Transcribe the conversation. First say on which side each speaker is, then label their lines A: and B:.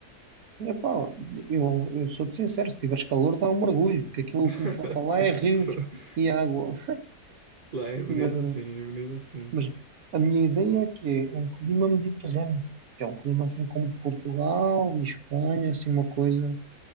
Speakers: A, on the right (about 65°); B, on the right (about 40°).
A: Epá, eu, eu sou-te sincero, se tiveres calor dá um mergulho, que aquilo
B: <laughs>
A: que me falta lá é rios e água.
B: Lá em Veneza,
A: Mas,
B: sim, em Veneza, sim.
A: mas a minha ideia é que é um clima mediterrâneo, que é um clima assim como Portugal e Espanha, assim uma coisa